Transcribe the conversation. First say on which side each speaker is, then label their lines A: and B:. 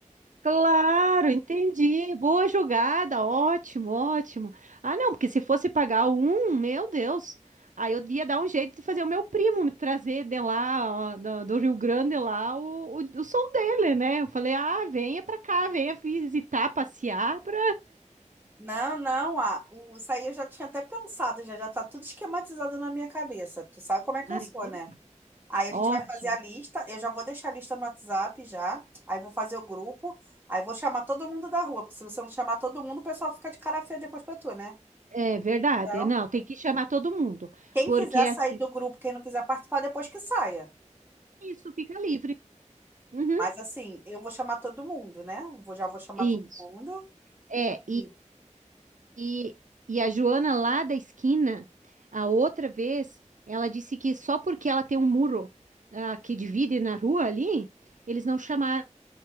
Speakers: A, on the right; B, on the right.
A: Claro, entendi. Boa jogada, ótimo, ótimo. Ah, não, porque se fosse pagar um, meu Deus, aí eu ia dar um jeito de fazer o meu primo me trazer de lá, ó, do, do Rio Grande lá, o, o, o som dele, né? Eu falei, ah, venha pra cá, venha visitar, passear pra.
B: Não, não, ah, o- isso aí eu já tinha até pensado, já já tá tudo esquematizado na minha cabeça. Tu sabe como é que
A: Ah,
B: eu sou,
A: então
B: né?
A: tá.
B: Aí a gente
A: Ótimo.
B: vai fazer a lista, eu já vou deixar a lista no WhatsApp já, aí vou fazer o grupo, aí vou chamar todo mundo da rua, porque se você não chamar todo mundo, o pessoal fica de cara feia depois pra tu, né?
A: É verdade.
B: Então,
A: Não, tem que chamar todo mundo,
B: quem
A: porque
B: quiser
A: assim,
B: sair do grupo, quem não quiser participar, depois que saia.
A: isso fica livre. Uhum.
B: Mas assim, eu vou chamar todo mundo, né? Vou, já vou chamar
A: Isso.
B: todo mundo.
A: É,
B: E,
A: E, e a Joana lá da esquina, a outra vez, ela disse que só porque ela tem um muro, ah, que divide na rua ali, eles não chamaram